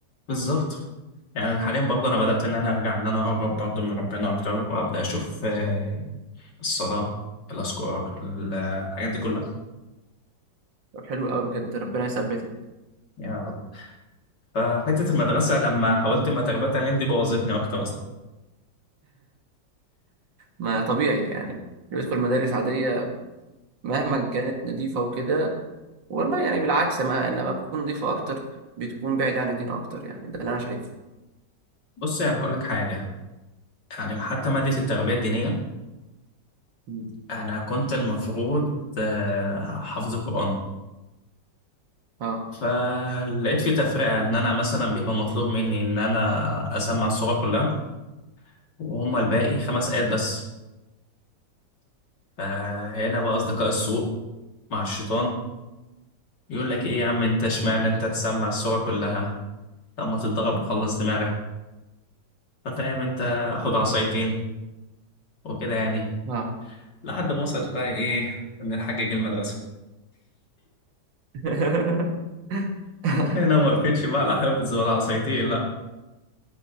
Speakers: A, on the left; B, on the right.
A: بالظبط يعني حاليا برضه انا بدات ان انا ارجع ان انا اقرب برضه من ربنا اكتر وابدا اشوف آه الصلاه الاذكار الحاجات دي كلها
B: طب حلو قوي بجد ربنا يثبتك
A: يا رب فحته المدرسه لما حاولت ما تربيه تعليم دي بوظتني اكتر اصلا
B: ما طبيعي يعني اللي بيدخل مدارس عاديه مهما كانت نظيفه وكده والله يعني بالعكس ما لما بتكون نظيفه اكتر بتكون بعيده عن الدين اكتر يعني ده اللي انا شايفه
A: بص يعني هقول لك حاجه يعني حتى ماده التربيه الدينيه
B: مم.
A: انا كنت المفروض آه، حافظ قرآن
B: اه
A: فلقيت في تفرقة ان انا مثلا بيبقى مطلوب مني ان انا اسمع السورة كلها وهم الباقي خمس آيات بس فهنا بقى اصدقاء السوء مع الشيطان يقول لك ايه يا عم انت اشمعنى انت تسمع السورة كلها لما تتضرب وخلص دماغك ففاهم انت اخد عصايتين وكده يعني
B: اه
A: لحد ما وصلت بقى ايه نحجج المدرسة
B: <laughs>
A: هنا ما وقفتش بقى لا حفظ ولا عصايتين لا